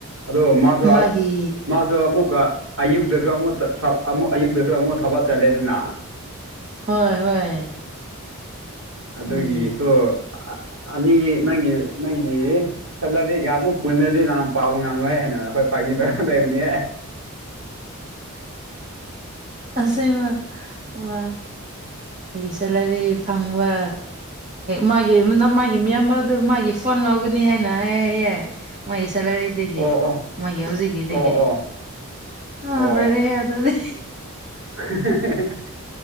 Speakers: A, on the right; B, on the right.
A: ꯑꯗꯣ ꯃꯥꯁ
B: ꯃꯥꯒꯤ
A: ꯃꯥꯁ ꯑꯃꯨꯛꯀ ꯑꯌꯨꯛꯇꯁꯨ ꯑꯃꯨꯛ ꯑꯃꯨꯛ ꯑꯌꯨꯛꯇꯁꯨ ꯑꯃꯨꯛ ꯊꯕꯛ ꯆꯠꯂꯦꯗꯅ
B: ꯍꯣꯏ ꯍꯣꯏ
A: ꯑꯗꯨꯒꯤꯁꯨ
B: ꯑꯗꯨꯒꯤ
A: ꯑꯅꯤ ꯅꯪꯒꯤ ꯅꯪꯒꯤ ꯁꯦꯂꯔꯤꯒ ꯑꯃꯨꯛ ꯄꯨꯅꯗꯤ ꯅꯪ ꯄꯥꯕ ꯉꯝꯂꯣꯏ ꯍꯥꯏꯅ ꯑꯩꯈꯣꯏ ꯄꯥꯏꯕꯤꯗ ꯂꯩꯕꯅꯦ
B: ꯑꯁ ꯃꯥ ꯁꯂꯔꯤ ꯐꯪꯕ ꯃꯥꯒꯤ ꯃꯥꯒꯤ ꯃꯤꯌꯥꯝꯕ ꯑꯗꯨ ꯃꯥꯒꯤ ꯐꯣꯟ ꯂꯧꯒꯅꯤ ꯍꯥꯏꯅ ꯍꯥꯏ ꯌꯥꯏ ꯃꯩ ꯁꯂꯔꯤ ꯏꯗꯒꯦ
A: ꯑꯣ ꯑꯣ
B: ꯃꯩ ꯍꯎꯖꯤꯒ ꯏꯗꯒꯦ
A: ꯑꯣ ꯑꯣ
B: ꯍꯜꯂ
A: ꯑꯣ
B: ꯑꯗꯨꯗꯤ
A: <inaudible>